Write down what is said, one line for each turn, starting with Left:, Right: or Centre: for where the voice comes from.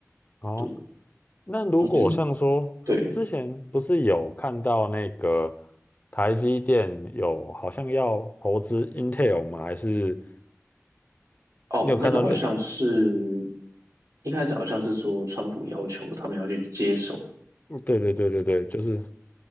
Left: 好。
Right: 对，
Left: 那如果像说之前不是有看到那个
Right: 你自对。
Left: 台积电有好像要投资 Intel 吗？还是
Right: 哦，
Left: 你有看到类？
Right: 那个好像是一开始好像是说川普要求他们要去接手，
Left: 嗯对对对对对，就是